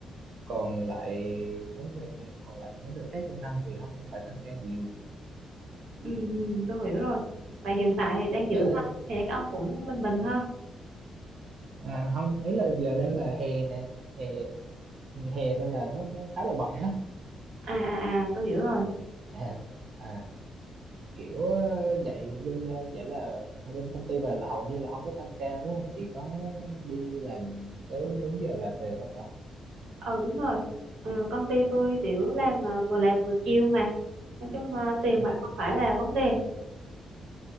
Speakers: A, on the right (about 55°); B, on the right (about 85°).
A: còn lại mấy đợt ừ, còn lại mấy đợt khác trong năm thì không có phải tăng ca nhiều
B: Ừ, ừ, tôi hiểu rồi. Vậy hiện tại thì đang giữ
A: vậy là
B: anh thì các ông cũng bình bình ha.
A: à, không ấy là giờ đang là hè nè hè hè nên là nó nó khá là bận á
B: À à à, tôi hiểu rồi.
A: à, à kiểu ờ, dạy bên ờ, vậy là bên công ty bà là hầu như là không có tăng ca đúng không chỉ có đi làm tới đúng giờ là về thôi hả
B: Ờ đúng rồi. Ờ, công ty tôi tiểu làm mà vừa làm vừa chill mà. Nói chung ờ, tiền
A: à,
B: bạc không phải là vấn đề.